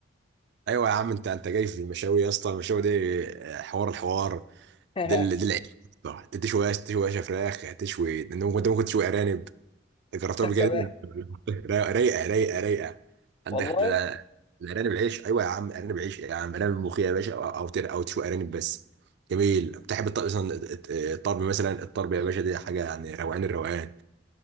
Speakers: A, on the right; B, on the left.
A: ايوه يا عم انت انت جاي في المشاوي يا اسطى المشاوي دي آه، حوار الحوار
B: <laughs>
A: ده ال- ده العيش صح انت تشوي عيش تشوي عيش فراخ هتشوي انت ممكن أنت ممكن تشوي ارانب جربتها قبل كده
B: كباب
A: <laughs> را- رايقه رايقه رايقه عندك
B: والله
A: ده- الارانب العيش ايوه يا عم ارانب عيش يا عم ارانب ملوخيه يا باشا او او تر- أو تشوي ارانب بس جميل بتحب الطرب مثلا الط- الطرب مثلا الطرب يا باشا دي حاجه يعني روقان الروقان